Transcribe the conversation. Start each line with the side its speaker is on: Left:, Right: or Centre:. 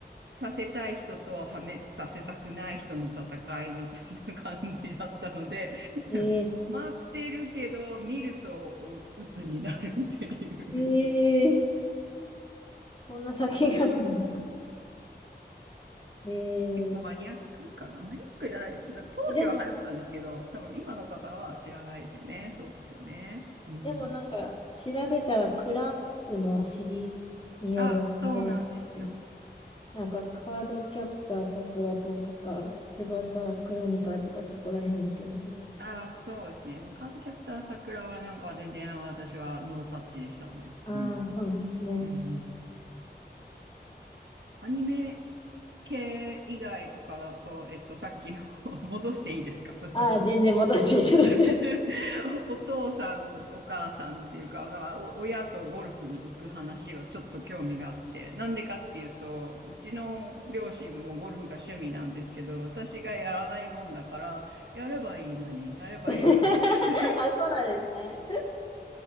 Right: させたい人と破滅させたくない人の戦いみたいな感じだったので、
Left: え
Right: 待ってるけど見るとお鬱になるっていう
Left: ー、えー、そんな作品があるんだ。<laughs> え
Right: 結構マニアックかな。
Left: ー、
Right: マニアックじゃない、な当時は流行ったんですけど、
Left: えでも、
Right: 多分今の方は知らないですよね。そうですよね。うん。
Left: でもなんか調べたらクランプの尻による漫画ですね。
Right: あ、そうなんですよ。
Left: なんかカードキャプターさくらとか翼クロニカルとかそこら辺ですよね、多分。
Right: あ、そうですね。カードキャプター桜はなんか全然私はノータッチでしたね。
Left: ああ、
Right: うん。
Left: そうなんですね。
Right: うんうん。アニメ系以外とかだと、えっと、さっきの <laughs> 戻していいですかあの
Left: ああ、全然戻していただいて。
Right: <laughs> お父さん、お母さんっていうか、まあ、お親とゴルフに行く話はちょっと興味があって、なんでかっていうと、うちの両親もゴルフが趣味なんですけど、私がやらないもんだから、やればいいのに、やればいいのに、
Left: <laughs> あ、そうなんですね。
Right: <laughs>